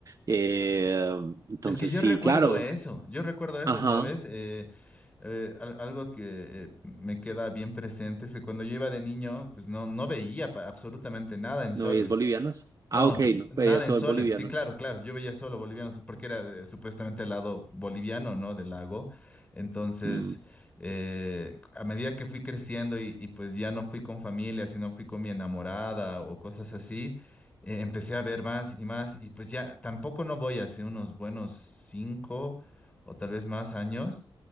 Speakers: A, on the right; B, on the left.
A: Eh, entonces
B: Es que yo
A: sí,
B: recuerdo
A: claro.
B: eso, yo recuerdo eso,
A: Ajá,
B: ¿sabes? Eh, eh, al- algo que eh, me queda bien presente es que cuando yo iba de niño, pues no, no veía pa- absolutamente nada en
A: ¿no
B: soles.
A: es bolivianos?
B: No,
A: Ah, ok,
B: n-
A: no,
B: nada
A: veías
B: en
A: todo
B: soles.
A: en bolivianos.
B: Sí, claro, claro. Yo veía solo bolivianos porque era eh, supuestamente el lado boliviano, ¿no? Del lago. Entonces,
A: Mm,
B: eh, a medida que fui creciendo y, y pues ya no fui con familia, sino fui con mi enamorada o cosas así, eh, empecé a ver más y más. Y pues ya tampoco no voy hace unos buenos cinco o tal vez más años.